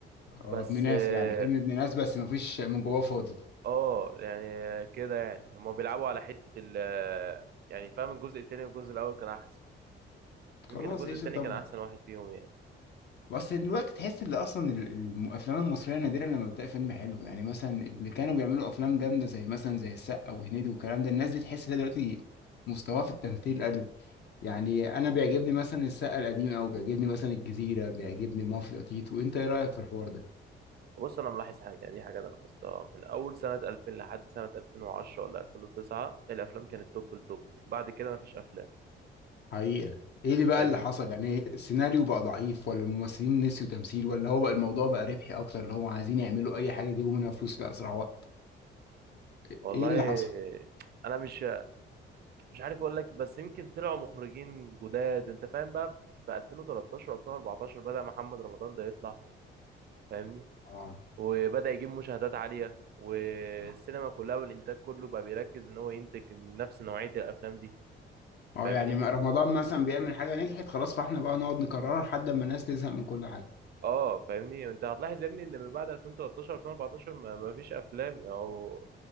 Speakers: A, on the left (about 60°); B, on the right (about 55°).
A: اه
B: بس
A: ابن ناس
B: اه
A: يعني فيلم ابن ناس بس مفيش من جواه فاضي
B: اه، يعني كده يعني هما بيلعبوا على حته ال يعني فاهم الجزء التاني والجزء الاول كان احسن يمكن
A: خلاص
B: الجزء
A: قشطة
B: التاني
A: طب
B: كان احسن واحد فيهم يعني
A: بس دلوقتي تحس ان اصلا ال- ال- الافلام المصريه نادرا لما بتلاقي فيلم حلو يعني مثلا اللي كانوا بيعملوا افلام جامده زي مثلا زي السقا وهنيدي والكلام ده الناس دي تحس ان هي دلوقتي مستواها في التمثيل قل يعني انا بيعجبني مثلا السقا القديم او بيعجبني مثلا الجزيره بيعجبني مافيا تيتو انت ايه رايك في الحوار ده
B: بص انا ملاحظ حاجه يعني دي حاجه انا لاحظتها من اول سنه 2000 لحد سنه 2010 ولا 2009 الافلام كانت توب التوب بعد كده مفيش افلام
A: حقيقة ايه اللي بقى
B: فاهمني
A: اللي حصل يعني السيناريو بقى ضعيف ولا الممثلين نسيوا تمثيل ولا هو بقى الموضوع بقى ربحي اكتر اللي هو عايزين يعملوا اي حاجة يجيبوا منها فلوس في اسرع وقت ايه
B: والله
A: اللي حصل
B: انا مش مش عارف اقول لك بس يمكن طلعوا مخرجين جداد انت فاهم بقى في 2013 و2014 بدأ محمد رمضان ده يطلع فاهمني
A: اه
B: وبدأ يجيب مشاهدات عاليه والسينما
A: اه
B: كلها والانتاج كله بقى بيركز ان هو ينتج نفس نوعيه الافلام دي
A: اه
B: فاهمني
A: يعني ما- رمضان مثلا بيعمل حاجة نجحت خلاص فاحنا بقى نقعد نكررها لحد ما الناس تزهق من كل حاجة
B: اه فاهمني انت هتلاحظ يا ابني ان من بعد 2013 2014 ما ما فيش افلام او